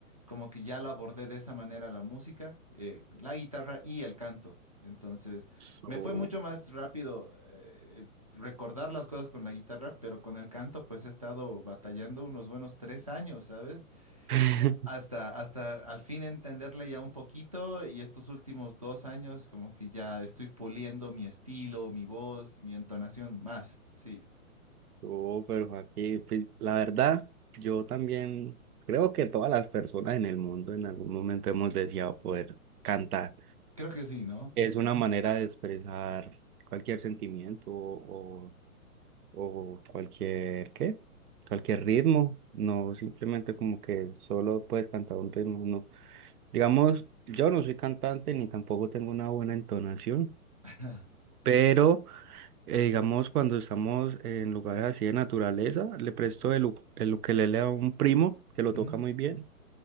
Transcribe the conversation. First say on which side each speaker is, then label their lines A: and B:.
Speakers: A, on the right; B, on the right.
A: como que ya lo abordé de esa manera la música, eh, la guitarra y el canto. Entonces,
B: Súper.
A: me fue mucho más rápido eh, recordar las cosas con la guitarra, pero con el canto pues he estado batallando unos buenos tres años, ¿sabes?
B: <laughs>
A: Hasta, hasta al fin entenderle ya un poquito y estos últimos dos años como que ya estoy puliendo mi estilo, mi voz, mi entonación más. Sí,
B: No, pero aquí pues, la verdad, yo también creo que todas las personas en el mundo en algún momento hemos deseado poder cantar.
A: creo que sí, ¿no?
B: Es una manera de expresar cualquier sentimiento o, o cualquier, ¿qué? Cualquier ritmo. No simplemente como que solo puedes cantar un ritmo, no. Digamos, yo no soy cantante ni tampoco tengo una buena entonación,
A: <laughs>
B: pero...
A: Eh,
B: eh, digamos, cuando estamos en lugares así de naturaleza, le presto el, u- el ukelele a un primo que lo
A: ujú.
B: toca muy bien